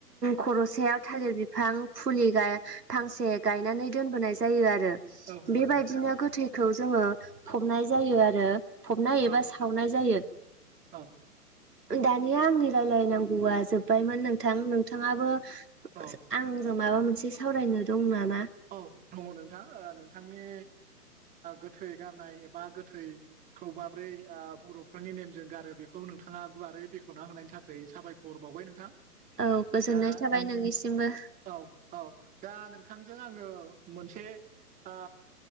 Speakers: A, on the right (about 85°); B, on the right (about 15°).
A: खर'सायाव थालिर बिफां फुलि गाय फांसे गायनानै दोनबोनाय जायो आरो।
B: औ नोंथां
A: बेबायदिनो गोथैखौ जोङो फबनाय जायो आरो। फबनाय
B: औ
A: एबा सावनाय जायो।
B: औ
A: दानिया आंनि रायलायनांगौआ जोबबायमोन नोंथां। नोंथाङाबो
B: औ
A: आंजों माबा मोनसे सावरायनो दं नामा?
B: औ दङ नोंथां नोंथांनि गोथै गारनाय एबा गोथै खौ माब्रै बर'फोरनि नेमजों गारो बेखौ नोंथाङा गुवारै बेखेवना होनायनि थाखाय साबायखर। हरबावबाय नोंथां।
A: औ गोजोननाय
B: दा
A: थाबाय
B: नों
A: नोंनिसिमबो।
B: औ औ दा नोंथांजों आङो मोनसे ओ